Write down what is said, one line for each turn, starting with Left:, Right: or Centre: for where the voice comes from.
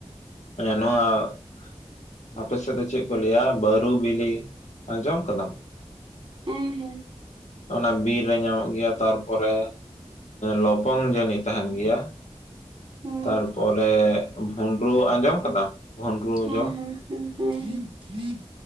Left: ᱱᱚᱣᱟ ᱟᱯ ᱥᱮᱫ ᱫᱚ ᱪᱮᱫ ᱠᱚ ᱞᱟᱹᱭᱟ ᱵᱟᱹᱨᱩ ᱵᱤᱞᱤ ᱟᱸᱡᱚᱢ ᱠᱟᱫᱟᱢ
Right: ᱦᱮᱸ ᱦᱮᱸ
Left: ᱚᱱᱟ ᱵᱤᱨ ᱨᱮ ᱧᱟᱢᱚᱜ ᱜᱮᱭᱟ ᱛᱟᱨᱯᱚᱨᱮ ᱞᱚᱯᱚᱝ ᱡᱟᱹᱱᱤᱡ ᱛᱟᱦᱮᱸᱱ ᱜᱮᱭᱟ
Right: ᱦᱩᱸ
Left: ᱛᱟᱨᱯᱚᱨᱮ ᱵᱷᱩᱸᱰᱨᱩ ᱟᱸᱡᱚᱢ ᱠᱟᱫᱟᱢ ᱵᱷᱩᱸᱰᱨᱩ
Right: ᱦᱮᱸ
Left: ᱡᱚ
Right: ᱦᱮᱸ ᱦᱮᱸ ᱦᱮᱸ